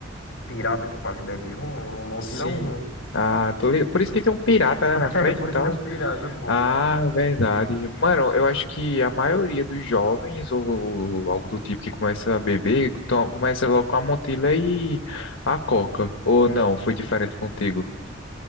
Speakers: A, on the left; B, on the left.
A: pirata que fala que bebe rum, Montila
B: Sim.
A: é um rum.
B: Ah, tô ligado. Por isso que tem um pirata, né,
A: <laughs>
B: na frente
A: É, por
B: e
A: isso
B: tal.
A: tem um pirata, pô.
B: Ah, verdade. Mano, eu acho que a maioria dos jovens ou, algo do tipo que começa a beber, to- começa logo com a Montila e a Coca. Ou não, foi diferente contigo?